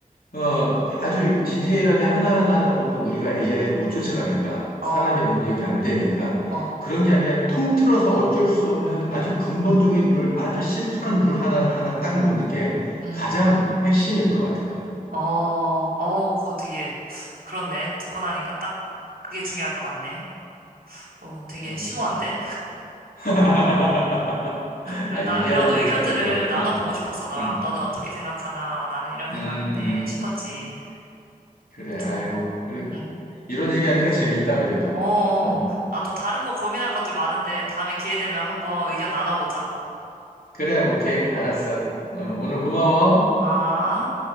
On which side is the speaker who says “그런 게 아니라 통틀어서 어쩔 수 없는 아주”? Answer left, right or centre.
Left